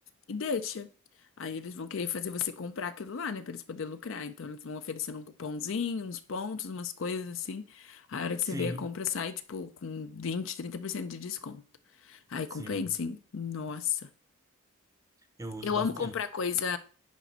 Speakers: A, on the left; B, on the right.
A: e deixa. Aí eles vão querer fazer você comprar aquilo lá, né? Pra eles poderem lucrar. Então eles vão oferecendo um cupomzinho, uns pontos, umas coisas assim. A hora
B: Sim,
A: que você vê a compra sai, tipo, com vinte, trinta por cento de desconto. Aí
B: sim.
A: compensa, hein? Nossa.
B: Eu uso
A: Eu
B: bastante.
A: amo comprar coisa.